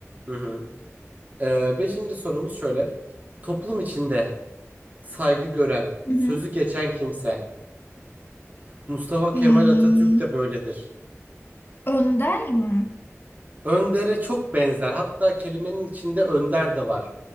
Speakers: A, on the right; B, on the left.
A: Hı hı. Ee, beşinci sorumuz şöyle. Toplum içinde saygı gören,
B: Hı
A: sözü
B: hı.
A: geçen kimse. Mustafa Kemal
B: Hmm,
A: Atatürk de böyledir.
B: önder mi?
A: Önder'e çok benzer. Hatta kelimenin içinde önder de var.